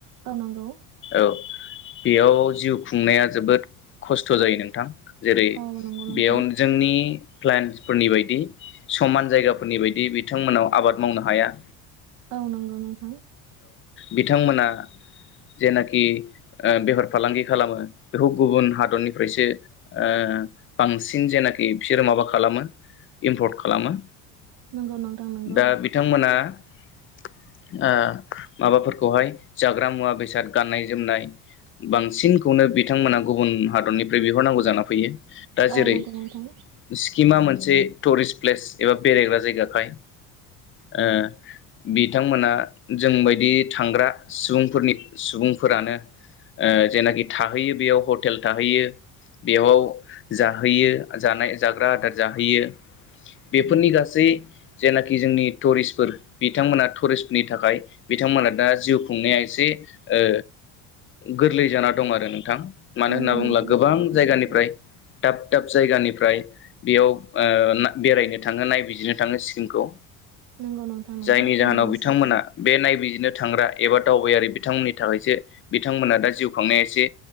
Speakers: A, on the right (about 55°); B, on the left (about 30°).
A: औ नंगौ
B: बेयाव जिउ खुंनाया जोबोद खस्थ' जायो नोंथां जेरै
A: औ नंगौ नोंथां
B: बेयाव जोंनि प्लन्टसफोरनि बायदि समान जायगाफोरनि बायदि बिथांमोनाव आबाद मावनो हाया
A: औ नंगौ नोंथां
B: बिथांमोना जेनाखि बेहार फालांगि खालामो बेखौ गुबुन हादरनिफ्रायसो ओ बांसिन जेनाखि बिसोरो माबा खालामो इम्पर्ट खालामो
A: नंगौ नोंथां नंगौ
B: दा बिथांमोना ओ माबाफोरखौहाय जाग्रा मुवा बेसाद गाननाय जोमनाय बांसिनखौनो बि थांमोना गुबुन हादरनिफ्राय बै बिहरनांगौ जाना फैयो दा
A: औ
B: जेरै
A: नंगौ नोंथां
B: स्किमा मोनसे टुरिस्ट प्लेस एबा बेरायग्रा जायगाखाय ओ बिथांमोना जोंबायायदि थांग्रा सुबुंफोरनि सुबुंफोरानो ओ जेनाखि था हैयो बेयाव हटेल थाहैयो बेयाव जाहैयो जानाय जाग्रा आदार जाहैयो बेफोरनि गासै जेनाखि जोंनि टुरिस्टफोर बिथांमोना टुरिस्टनि थाखाय बिथांमोना दा जिउ खुंनाया एसे ओ गोरलै जाना दं आरो नों थां। मानो
A: नंगौ
B: होनना बुङोब्ला
A: नोंथां
B: गोबां
A: थारैनो
B: जायगानिफ्राय
A: सैथो
B: दाब दाब जायगानिफ्राय बेयाव ओ बेरायनो थाङो नायबिजिरनो थाङो सिक्किमखौ।
A: नंगौ नोंथां नंगौ
B: जायनि
A: थारैनो
B: जाहोनाव बिथांमोना
A: सैथो
B: बे नायबिजिरनो थांग्रा एबा दावबायारि बिथांमोननि थाखायसो बिथांमोना दा जिउ खांनाया एसे